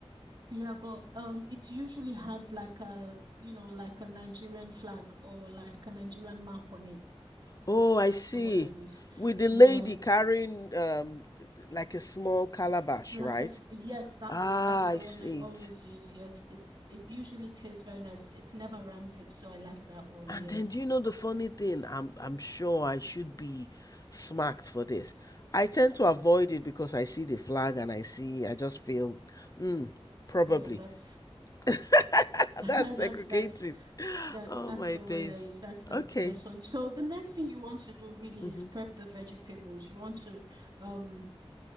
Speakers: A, on the right; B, on the left.
A: yeah, but um it usually has like a you know like a Nigerian flag or like a Nigerian map on it.
B: Oh,
A: It's
B: I
A: that's
B: see.
A: the one I use.
B: With the
A: Yeah.
B: lady carrying um th- th- like a small calabash,
A: Like
B: right?
A: a s- yes, that
B: Ah,
A: one. That's
B: I
A: the
B: see
A: one I always
B: it.
A: use. Yes. It it usually tastes very nice. It's never rancid, so I like that one,
B: And
A: yeah.
B: then do you know the funny thing? I'm I'm sure I should be smacked for this. I tend to avoid it because I see the flag and I see I just feel mm, probably.
A: Oh, that's
B: <laughs>
A: <laughs>
B: That's segregated.
A: that's that's
B: <laughs>
A: That's
B: Oh
A: that's
B: my
A: the
B: days.
A: one that is that's the
B: Okay.
A: best one. So the next thing you want to do really
B: Mm-hmm.
A: is prep the vegetables. You want to um